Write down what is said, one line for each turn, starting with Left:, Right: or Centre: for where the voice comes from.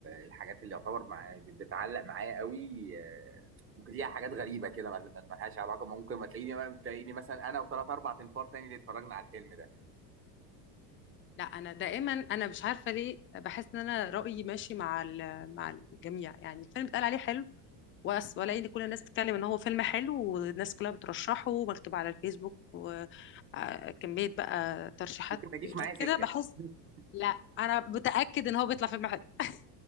Right: الحاجات اللي يعتبر معايا بتعلق معايا قوي آه، ممكن ليها حاجات غريبه كده ما- ما- ملهاش علاقه ممكن ما تلاقيني تلاقيني مثلا انا وثلاث اربع تنفار تاني اللي اتفرجنا على الفيلم ده
Left: لا انا دائما انا مش عارفه ليه بحس ان انا رايي ماشي مع ال- مع الجميع يعني الفيلم اتقال عليه حلو وأس- والاقي ان كل الناس بتتكلم ان هو فيلم حلو والناس كلها بترشحه ومكتوب على الفيسبوك وكميه بقى ترشيحات
Right: ممكن ما يجيش معايا سكه
Left: كده بحس
Right: <laughs>
Left: لا انا متاكد ان هو بيطلع فيلم حلو <laughs>